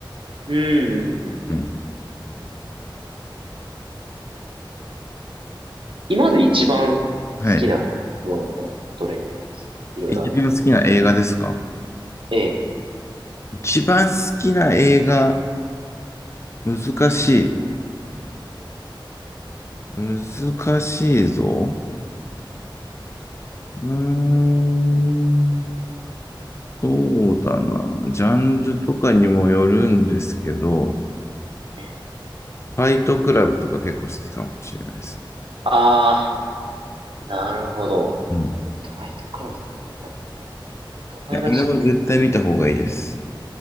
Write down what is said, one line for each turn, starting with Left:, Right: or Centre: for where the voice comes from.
Right: うん、うん、うん。うん
Left: うん。
Right: 今まで一番好きなものだったら、
Left: はい。
Right: どれになりますいろいろあると思うんですけど。
Left: 一番好きな映画ですか
Right: ええ、
Left: 一番好きな映画、難しい。難しいぞ。うーん。そうだな。ジャンルとかにもよるんですけど、
Right: ええ。
Left: ファイトクラブとか結構好きかもしれないです。
Right: ああ、なるほど。
Left: うん。
Right: トワイトクラブ全然見たことない。どんな映画でしたっけ
Left: いや、あれは絶対見た方がいいです。